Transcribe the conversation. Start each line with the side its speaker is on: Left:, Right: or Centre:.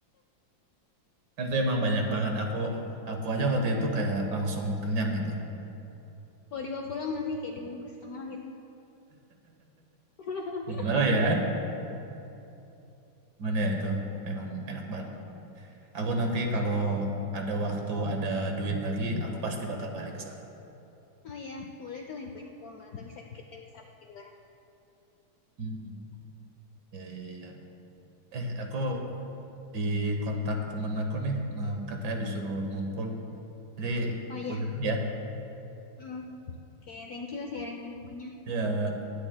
Right: Dan itu emang banyak banget. Aku aku aja waktu itu kayak langsung kenyang gitu.
Left: kalau dibawa pulang nggak sih kayak dibungkus setengah gitu <laughs>
Right: <laughs> Halo ya, mana ya itu emang enak banget. Aku nanti kalau ada waktu, ada duit lagi, aku pasti bakal balik ke sana.
Left: oh ya boleh tuh info-info atau bisa kita bisa pergi bareng
Right: Hmm. Ya, ya, ya. Eh, aku di kontak temen aku nih, me- katanya disuruh ngumpul. Jadi,
Left: oh ya
Right: udah dulu ya.
Left: hmm. oke thank you sharing infonya
Right: Ya.